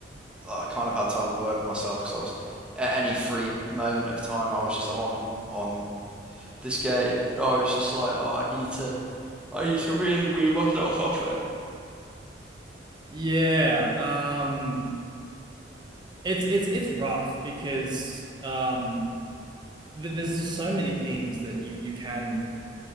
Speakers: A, in the centre; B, on the right.
A: I kind of had to have a word with myself because I was at any free moment of time, I was just on on this game, and I was just like, oh, I need to I need to really wean myself off it.
B: Yeah. Um, it's it's it's rough because um, th there's just so many things that you you can.